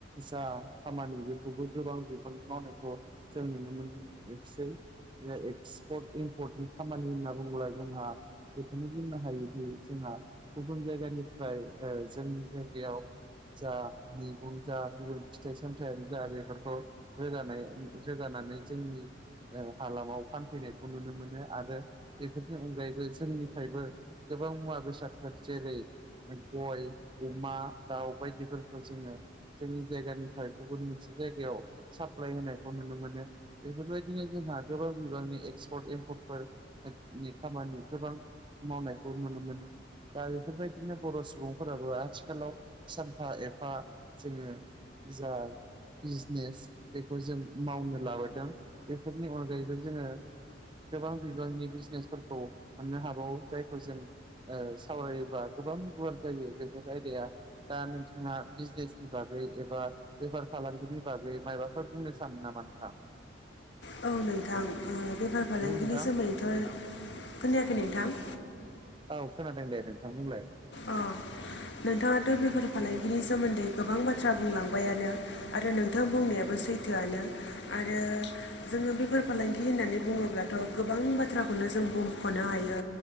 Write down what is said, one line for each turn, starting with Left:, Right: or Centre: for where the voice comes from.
Right: जा खामानि बेखौबो गोबां बिबांनि मावनायखौ जों नुनो मोनोमोन सै एक्सपर्ट एम्प पर्टनि खामानि होनना बुङोब्ला जोंहा बेखौनो बुंनो हायोदि जोंहा गुबुन जायगानिफ्राय ओ जोंनि जायगायाव जा मैगं जा गुबुन फिथाइ सामथायानो जा बेफोरखौ रोगानाय रोगानानै जोंनि ओ हालामाव फानफैनायखौ नुनो मोन नो आरो बेफोरनि अनगायैबो जोंनिफ्रायबो गोबां मुवा बेसादफोर जेरै गय, अमा, दाउ बायदिफोरखौ जोङो जोंनि जायगानिफ्राय गुबुन मोनसे जायगायाव साप्लाय होनायखौ नुनो मोनो। बेफोरबायदिनो जोंहा गोबां बिबांनि एक्सपर्ट एम्पर्ट फोर नि खामानि गोबां मावनायखौ नुनो मोनो। दा बेफोरबायदिनो बर' सुबुंफोराबो आथिखालाव सानफा एफा जोङो जाय बिजनेस बेखौ जों मावनो लाबोदों बेफोरनि अनगायैबो जोङो गोबां बिबांनि बिजनेसफोरखौ मोननो हाबावो जायखौ जों ओ सावरायोबा गोबां गुवार जायो बेफोर आयदाया। दा नोंथाङा बिजनेसनि बागै एबा बेफार फालांगिनि बागै मायबाफोर बुंनो सानो नामा नोंथां?
Left: औ नोंथां ओ बेफार
Right: हेलौ
Left: फालांगिनि
Right: नोंथां
Left: सोमोन्दैथ' खोनायाखै नोंथां?
Right: औ खोनादों दे नोंथां बुंलाय।
Left: अ नोंथाङाथ' बेफार फालांगिनि सोमोन्दै गोबां बाथ्रा बुंलांबायानो। आरो नोंथां बुंनायाबो सैथोआनो आरो जोङो बेफार फालांगि होननानै बुङोब्लाथ' गोबां बाथ्राखौनो जों बुंख'नो हायो।